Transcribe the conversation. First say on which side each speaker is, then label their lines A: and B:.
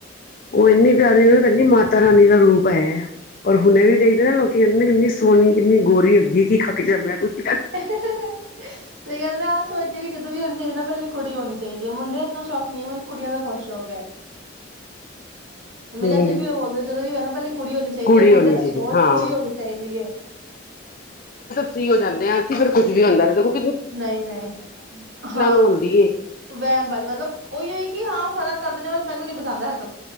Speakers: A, on the left (about 45°); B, on the right (about 75°).
A: ਉਹ ਇਨੀ ਪਿਆਰੀ ਕਹਿੰਦੀ ਮਾਤਾ ਰਾਣੀ ਦਾ ਰੂਪ ਹੈ। ਔਰ ਹੁਣੇ ਵੀ ਦੇਖਦੇ ਨਾ ਲੋਕ <unintelligible> ਕਿੰਨੀ ਸੋਹਣੀ, ਕਿੰਨੀ ਗੋਰੀ ਹੋ ਗਈ, ਕਿ ਖਾਕੇ ਜੰਮਿਆਸੀ
B: ਸਹੀ ਗੱਲ, ਮੈਂ ਆਪ ਸੋਚਦੇ ਵੀ, ਜਦੋਂ ਵੀ ਹੋਣੀ ਚਾਹੀਦੀ ਨਾ ਮੈਲ ਕੁੜੀ ਹੋਣੀ ਚਾਹੀਦੀ ਹੈ ਮੁੰਡੇ ਇਤਨਾ ਸ਼ੌਕ ਨੀ ਮਨੂੰ ਕੁੜੀਆਂ ਦਾ ਬਹੁਤ ਸ਼ੌਕ ਹੈ ਮੇਰੇ
A: ਹੂੰ
B: ਹਸਬੈਂਡ ਵੀ ਬੋਲਦੇ। ਜਦੋਂ ਵੀ ਹੋ ਨਾ ਪਹਿਲੇ ਕੁੜੀ ਹੋਣੀ ਚਾਹੀਦੀ
A: ਕੁੜੀ
B: ਹੈ। ਮੁੰਡੇ
A: ਹੋਣੀ
B: ਤਾਂ
A: ਚਾਹੀਦੀ
B: ਛੋੜ,
A: ਹਾਂ
B: ਕੁੜੀ ਹੋਣੀ ਚਾਹੀਦੀ ਹੈ।
A: ਅ ਉਹ ਜਾਂਦੇ ਆ ਅਸੀ <unintelligible> ਕੁਝ ਵੀ ਹੁੰਦਾਖੋ
B: ਨਹੀਂ ਨਹੀਂ ਹਾਂ
A: ਹੁੰਦੀ ਏ
B: ਵਹਿਮ ਵਾਲੀ। ਮਤਲਬ ਉਹੀ ਹੋ ਕਿ ਹਾਂ ਫ਼ਰਕ ਕਰਦੇ ਨੇ ਬਸ ਮੈਨੂੰ ਨ ਪਸੰਦ ਹਰ